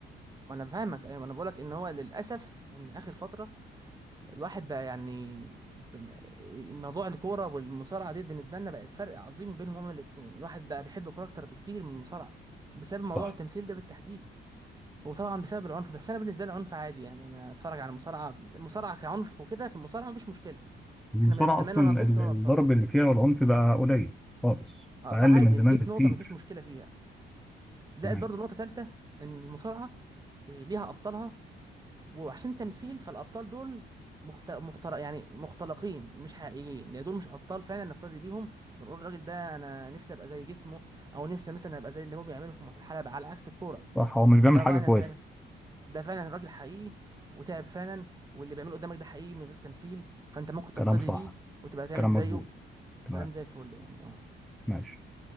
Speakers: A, on the right; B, in the centre.
A: وانا فاهمك ايوه انا بقولك ان هو للاسف ان اخر فتره الواحد بقى يعني ب- موضوع الكوره والمصارعه دي بالنسبه لنا بقت فرق عظيم بينهم هما الاثنين الواحد بقى بيحب الكوره اكتر بكتير من المصارعه بسبب موضوع
B: صح
A: التمثيل ده بالتحديد وطبعا بسبب العنف بس انا بالنسبه لي العنف عادي يعني انا اتفرج على المصارعه المصارعه كعنف وكده في المصارعه مفيش مشكله
B: المصارعة
A: احنا من زمان
B: أصلا
A: وانا طفل
B: ال-
A: وانا
B: الضرب
A: اتفرج
B: اللي فيها والعنف بقى قليل خالص
A: اه
B: أقل
A: فعادي
B: من زمان
A: جيت
B: بكتير
A: نقطه مفيش مشكله فيها زائد
B: تمام
A: برضو نقطة تالتة ان المصارعة إيه، ليها ابطالها وعشان تمثيل فالابطال دول مخت... مختر... يعني مختلقين مش حقيقيين يعني دول مش ابطال فعلا نقتدي بيهم ونقول الراجل ده انا نفسي ابقى زي جسمه او نفسي مثلا ابقى زي اللي هو بيعمله في الحلبة على عكس الكورة
B: صح هو مش بيعمل
A: ده
B: حاجة
A: فعلا
B: كويسة
A: فعلا ده فعلا راجل حقيقي وتعب فعلا واللي بيعمله قدامك ده حقيقي من غير تمثيل فانت ممكن تقتدي
B: كلام صح
A: بيه وتبقى تعمل
B: كلام
A: زيه
B: مظبوط
A: وكلام
B: تمام
A: زي الفل يعني اه
B: ماشي